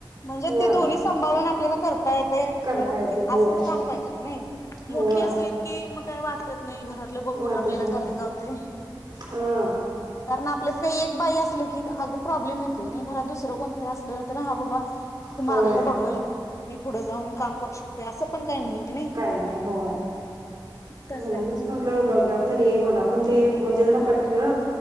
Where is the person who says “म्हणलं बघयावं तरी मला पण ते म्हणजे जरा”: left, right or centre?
Right